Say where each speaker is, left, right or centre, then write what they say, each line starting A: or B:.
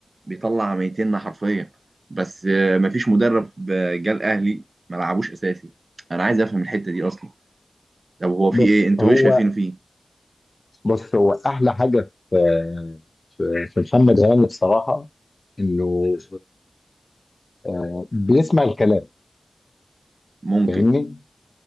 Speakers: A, on the right; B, on the left.
A: بيطلع ميتيننا حرفيا بس آه، مفيش مدرب آه، جه الاهلي ما لعبوش اساسي انا عايز افهم الحتة دي اصلا طب هو في
B: بص
A: ايه انتوا
B: هو
A: ايه شايفينه فيه
B: بص هو احلى حاجه في في في محمد هاني بصراحه انه آه، بيسمع الكلام
A: ممكن
B: فاهمني